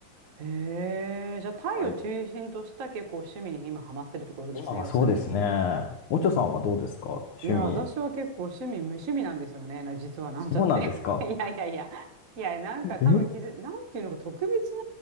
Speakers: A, on the right (about 55°); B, on the left (about 85°).
A: へえ。じゃあ、タイを中心とした結構趣味に今ハマってるところですね、
B: はい。今はそうですね。
A: 要するに。
B: おちょさんはどうですか趣味。
A: いや、私は結構趣味、無趣味なんですよね。な実はなんちゃって。
B: そうなんですか。
A: <laughs> いやいやいや。いや、なんか多分気づ、
B: え
A: なんていうのか、特別な